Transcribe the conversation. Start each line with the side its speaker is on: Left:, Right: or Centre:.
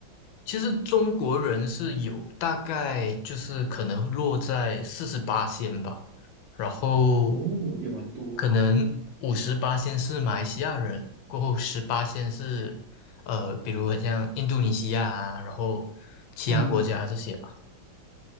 Left: 其实中国人是有大概就是可能落在四十八仙吧，然后
Right: 哦，也蛮多。
Left: 可能五十八仙是马来西亚人，过后十八仙是呃，比如很像印度尼西亚啊，然后其他国家这些吧。
Right: 嗯，